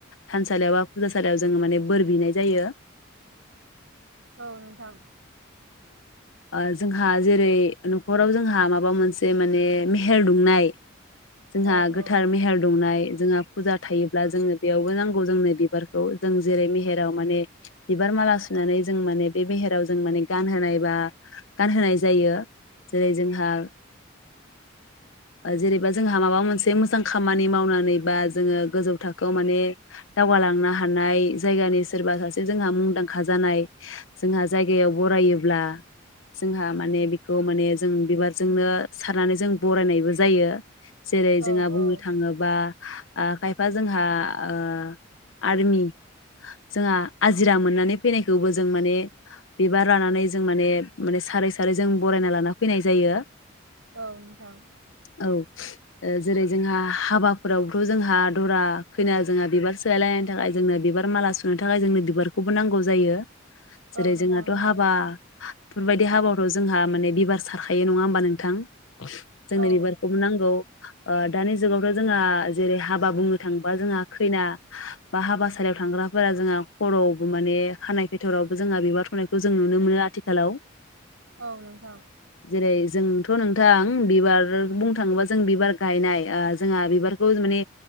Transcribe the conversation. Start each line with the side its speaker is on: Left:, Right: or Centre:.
Left: थानसालियाव बा फुजासालियाव जोंङो माने बोर बिनाय जायो।
Right: औ नोंथां
Left: औ जोंहा जेरै न'खराव जोंहा माबा मोनसे माने मेहेर दुंनाय जोंहा
Right: औ
Left: गोथार
Right: औ
Left: मेहेर दंनाय। जोंहा फुजा थायोब्ला जोंङो बेयावबो नांगौ जोंनो बिबारखौ जों जेरै मे हेराव माने बिबार माला सुनानै जों माने मेहेराव जों माने गानहोनाय बा गानहोनाय जायो जेरै जोंहा जेरैबा जोंहा माबा मोनसे मोजां खामनि मावनानै बा जों गोजौ था खो आव माने दावगालांनो हानाय जायगानि सोरबा सासे जोंहा मुंदांखा जानाय जोंहा जायगायाव बरायोब्ला जोंहा माने बेखौ माने जों बिबार जोंनो सारनानै जों बरायनायबो जायो। जेरै
Right: औ
Left: जोंहा बुंनो
Right: औ
Left: थाङोबा ओ खायफा ओ आरमि जोंहा आजिरा मोननानै फैनायखौबो जों माने बिबार लानानै जों माने-माने सारै-सारै जों बरायना लाना फैनाय जायो।
Right: औ नोंथां।
Left: औ ओ जेरै जोंहा हाबाफोरावथ' जोंहा। दरा खैना जोंहा बिबार सोलायलायनायनि थाखाय जोंनो बिबार माला सुनो थाखाय जोंनो बिबारखौबो नांगौ जायो जेरै
Right: औ नोंथां
Left: जोंहाथ'
Right: औ
Left: हाबा बेफोरबायदि हाबायावथ' जोंहा माने बिबार सारखायो नङा होमबा नोंथां। जोंनो
Right: औ
Left: बिबारखौबो नांगौ दानि जुगावथ' जोंहा जेरै हाब हाबा बुंनो थांबा जोंहा खैना बा हाबासालियाव थांग्राफोरा जोंहा खर'बो माने खानाय फेथरावबो जोंहा बिबार थ'नायखौ जों नुनो मोनो आथिखालाव।
Right: औ नोंथां।
Left: जेरै जोंथ' नोंथां बिबार बुंनो थाङोबा जों बिबार गायनाय जोंहा बिबारखौ माने